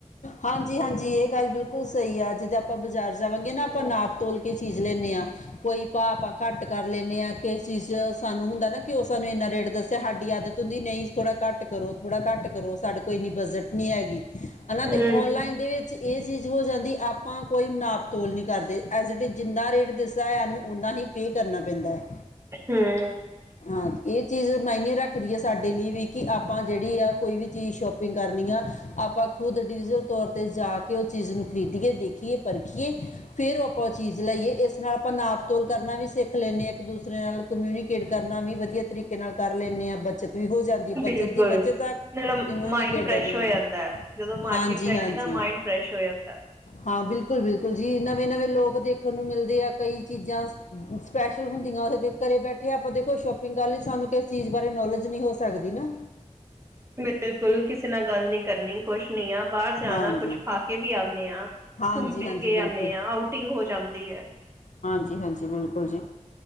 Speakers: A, on the left; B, on the right.
A: ਹਾਂਜੀ-ਹਾਂਜੀ, ਏ ਗੱਲ ਬਿਲਕੁਲ ਸਹੀ ਆ ਜਦੋ ਆਪਾਂ ਬਾਜ਼ਾਰ ਜਾਵਾਂਗੇ ਨਾ, ਆਪਾਂ ਨਾਪ ਤੋਲ ਕੇ ਚੀਜ਼ ਲੈਂਦੇ ਹਾਂ। ਕੋਈ ਭਾ ਆਪਾਂ ਘੱਟ ਕਰ ਲੈਂਣੇ ਹਾਂ, ਕਿਸ ਚੀਜ਼ ਚ ਸਾਨੂੰ ਹੁੰਦਾ ਨਾ ਕਿ ਓ ਸਾਨੂੰ ਏਨਾ ਰੇਟ ਦੱਸ ਸਾਡੀ ਆਦਤ ਹੁੰਦੀ ਨਈ ਥੋੜ੍ਹਾ ਘੱਟ ਕਰੋ ਥੋੜ੍ਹਾ ਘੱਟ ਕਰੋ, ਸਾਡੇ ਕੋਲ ਏਨੀ ਬਜਟ ਨੀ ਹੈਗੀ। ਹਨਾ
B: ਹੂੰ,
A: ਤੇ ਨਾ ਏਦੇ ਵਿੱਚ ਏ ਚੀਜ਼ ਹੋ ਜਾਂਦੀ, ਆਪਾਂ ਕੋਈ ਨਾਪਤੋਲ ਨੀ ਕਰਦੇ ਜਿੰਨਾ ਰੇਟ ਓਨਾ ਹੀ ਪੇ ਕਰਨਾ ਪੈਂਦਾ ਹੈ।
B: ਹੂੰ
A: ਹਾਂ, ਏ ਚੀਜ਼ ਮਾਇਨੇ ਰੱਖਦੀ ਐ, ਸਾਡੇ ਲਈ ਵੀ ਕਿ ਆਪਾਂ ਜੇੜੀ ਆ ਕੋਈ ਵੀ ਚੀਜ਼ ਸ਼ੋਪ ਕਰਨੀ ਆ ਆਪਾਂ ਖੁਦ ਡਿਅਲ ਤੌਰ ਤੇ ਜਾ ਕੇ ਐ ਚੀਜ਼ ਨੂੰ ਖਰੀਦੀਏ ਦੇਖੀਏ ਪਰਖੀਏ। ਫੇਰ ਉਹ ਆਪਾਂ ਓ ਚੀਜ਼ ਲਈਏ, ਏਸ ਨਾਲ ਆਪਾਂ ਨਾਪਤੋਲ ਕਰਨਾ ਵੀ ਸਿੱਖ ਲੈਂਦੇ ਹਾਂ, ਇੱਕ ਦੂਸਰੇ ਨਾਲ ਕਮਿਊਨੀਕੇਟ ਕਰਨਾ ਵੀ ਵਧੀਆ ਤਰੀਕੇ ਨਾਲ ਕਰ ਲੈਂਦੇ ਹਾਂ। ਬੱਚਤ ਵੀ ਹੋ ਜਾਂਦੀ,
B: ਬਿਲਕੁਲ
A: ਬੱਚਤ ਦੀ ਬੱਚਤ
B: ਨਾਲੇ
A: ਕਮਿਊਨੀਕੇਟ
B: ਮਾਇੰਡ ਫਰੈਸ਼
A: ਕਮਿਊਨੀ
B: ਹੋ ਜਾਂਦਾ ਹੈ ਜਦੋਂ ਮਾਰਕੀਟ
A: ਹਾਂਜੀ
B: ਜਾਈਦਾ,
A: ਹਾਂਜੀ
B: ਮਾਇੰਡ ਫਰੈਸ਼ ਹੋ ਜਾਂਦਾ।
A: ਹਾਂ,, ਬਿਲਕੁਲ-ਬਿਲਕੁਲ ਜੀ ਨਵੇਂ-ਨਵੇਂ ਲੋਕ ਦੇਖਣ ਨੂੰ ਮਿਲਦੇ ਆ, ਕਈ ਚੀਜ਼ਾਂ ਸਪੈਸ਼ਲ ਹੁੰਦੀਆਂ, ਓਹੋ ਜੇ ਘਰੇ ਬੈਠੇ ਆਪਾਂ ਦੇਖੋ ਸ਼ੋਪਿੰਗ ਕਰ ਲਈ, ਸਾਨੂੰ ਕਿਸੇ ਚੀਜ਼ ਬਾਰੇ ਨੌਲੇਜ ਨੀ ਹੋ ਸਕਦੀ ਨਾ।
B: ਬਿਲਕੁਲ, ਕਿਸੇ ਨਾਲ ਗੱਲ ਨੀ ਕਰਨੀ ਕੁਛ ਨੀ ਆ, ਬਾਰ ਜਾਣਾ
A: ਹਾਂਜੀ
B: ਕੁਛ ਖਾ ਕੇ ਵੀ ਆਂਨੇ ਆਂ।
A: ਹਾਂਜੀ
B: ਘੁੰਮ ਫਿਰ
A: ਹਾਂਜੀ
B: ਕੇ ਆਣੇ
A: ਬਿਲਕੁਲ
B: ਆ, ਆਊਟਿੰਗ ਹੋ ਜਾਂਦੀ ਐ।
A: ਹਾਂਜੀ-ਹਾਂਜੀ, ਬਿਲਕੁਲ ਜੀ